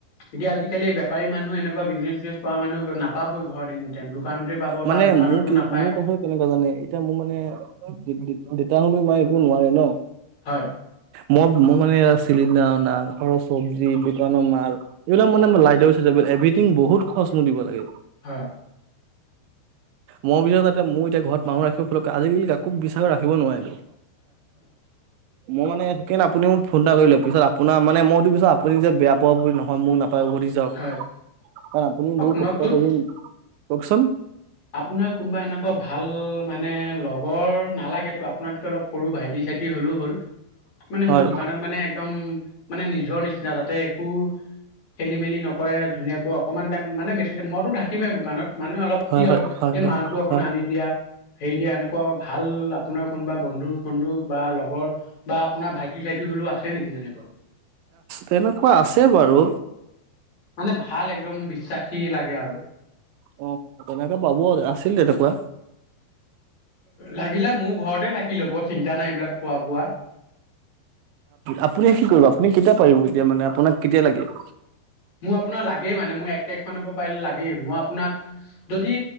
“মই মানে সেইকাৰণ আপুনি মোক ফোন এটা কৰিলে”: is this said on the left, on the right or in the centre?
Right